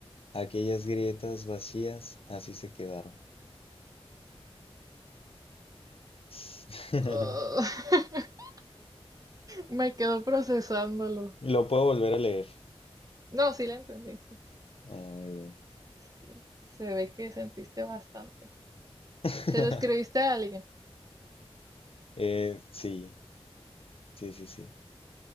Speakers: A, on the left (about 65°); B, on the right (about 35°).
A: Aquellas grietas vacías así se quedaron. <laughs>
B: Ah, <laughs> me quedo procesándolo.
A: Lo puedo volver a leer.
B: No, sí le entendí. sí,
A: Ah, muy bien.
B: sí. Se ve que sentiste bastante.
A: <laughs>
B: Se lo escribiste a alguien.
A: Eh, sí, sí, sí, sí.